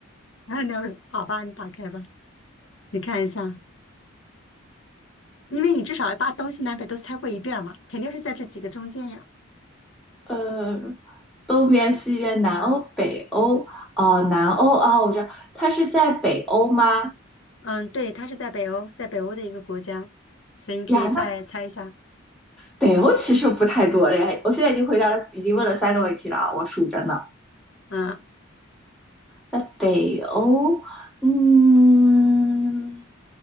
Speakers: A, on the left; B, in the centre.
A: <laughs> 那那好吧，你打开吧，你看一下，因为你至少把东西南北都猜过一遍儿嘛，肯定是在这几个中间呀。
B: 呃，东边、西边、南欧、北欧，哦，南欧啊，我知道，它是在北欧吗？
A: 嗯，对，它是在北欧，在北欧的一个国家，所以你可以再猜一下。
B: 呀，那北欧其实不太多了呀。我现在已经回答了，已经问了三个问题了啊，我数着呢。
A: 嗯，
B: 在北欧，嗯，